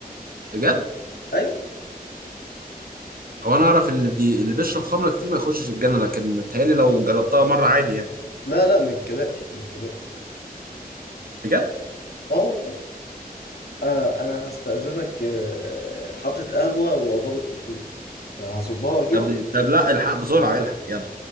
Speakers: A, on the right; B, on the left.
A: بجد
B: ايوه
A: هو انا اعرف اللي بي... اللي بيشرب خمره كتير ما يخشش الجنه لكن متهيألي لو جربتها مره عادي يعني
B: لا لا من الكبائر من الكبائر
A: بجد
B: اه والله انا انا هستأذنك آه، حاطط قهوه وقربت تفور فهصبها واجي
A: طب طب لا الحق بسرعه الحق يلا